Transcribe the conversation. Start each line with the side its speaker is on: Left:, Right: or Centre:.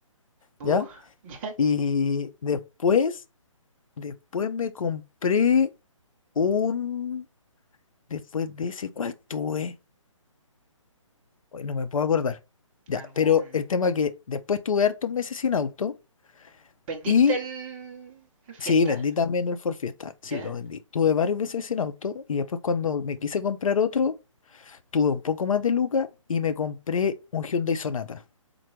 Right: Uh,
Left: ¿ya?
Right: <laughs> ¿ya?
Left: Y después, después me compré un... Después de ese, ¿cuál tuve? Hoy no me puedo acordar. Ya,
Right: ¿Algún...?
Left: pero el tema que después tuve hartos meses sin auto
Right: ¿Vendiste
Left: y
Right: el... el Fiesta?
Left: sí, vendí también el Ford Fiesta. Sí,
Right: ¿Ya?
Left: lo vendí. Tuve varios meses sin auto y después cuando me quise comprar otro, tuve un poco más de lucas y me compré un Hyundai Sonata.